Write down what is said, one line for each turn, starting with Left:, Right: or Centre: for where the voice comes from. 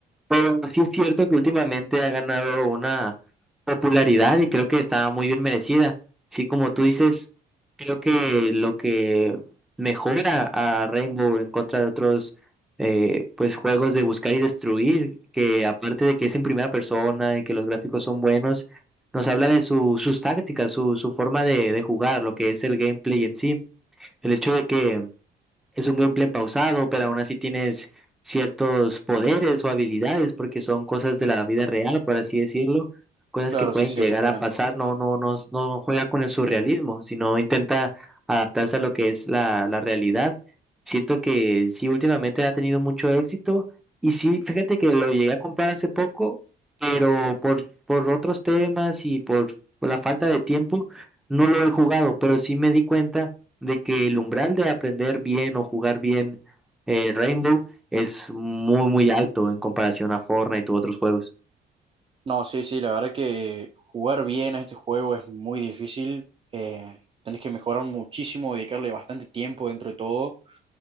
Centre: Pero sí es cierto que últimamente ha ganado una popularidad y creo que está muy bien merecida. Sí, como tú dices, creo que lo que mejora a Rainbow en contra de otros eh, pues juegos de buscar y destruir, que aparte de que es en primera persona y que los gráficos son buenos, nos habla de su- sus tácticas, su, su forma de, de jugar, lo que es el gameplay en sí. El hecho de que es un gameplay pausado, pero aún así tienes ciertos poderes o habilidades, porque son cosas de la vida real, por así decirlo, cosas
Right: Claro,
Centre: que pueden
Right: sí, sí,
Centre: llegar
Right: exactamente.
Centre: a pasar. No, no, no, no juega con el surrealismo, sino intenta adaptarse a lo que es la, la realidad. Siento que sí, últimamente ha tenido mucho éxito, y sí, fíjate que lo llegué a comprar hace poco, pero por, por otros temas y por, por la falta de tiempo, no lo he jugado, pero sí me di cuenta de que el umbral de aprender bien o jugar bien eh, Rainbow es muy, muy alto en comparación a Fortnite u otros juegos.
Right: No, sí, sí, la verdad que jugar bien a este juego es muy difícil. eh, tenés que mejorar muchísimo, dedicarle bastante tiempo dentro de todo.